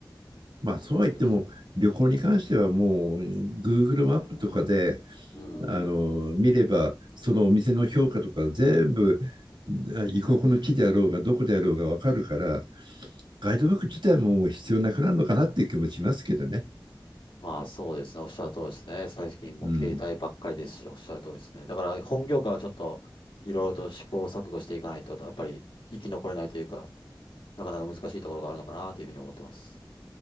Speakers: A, on the right; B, on the left.
A: まあそうは言っても旅行に関してはもう
B: そうです。
A: Google マップとかで
B: うん。
A: あの見ればそのお店の評価とか全部異国の木であろうがどこであろうが分かるからガイドブック自体ももう必要なくなるのかなっていう気もしますけどね。
B: まあそうですね。おっしゃる通りですね。最近もう携帯ばっかりですし、
A: うん、
B: おっしゃる通りですね。だから本業界はちょっといろいろと試行錯誤していかないと、やっぱり生き残れないというか、なかなか難しいところがあるのかなというふうに思ってます。